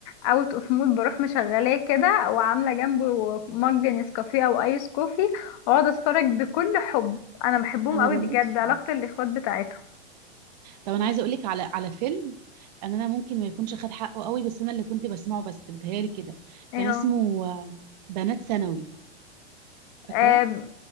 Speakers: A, on the left; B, on the right.
A: اوت اوف مود بروح مشغلاه كده وعامله جنبه مج نسكافيه او ايس كوفي واقعد اتفرج بكل حب انا بحبهم
B: انا
A: قوي
B: بموت
A: بجد
B: فيه
A: علاقه الاخوات بتاعتهم
B: طب انا عايزه اقول لك على على فيلم ان انا ممكن ما يكونش خد حقه قوي بس انا اللي كنت بسمعه بس بتهيالي كده
A: ايوه
B: كان اسمه آه، بنات ثانوي فاكراه
A: آم،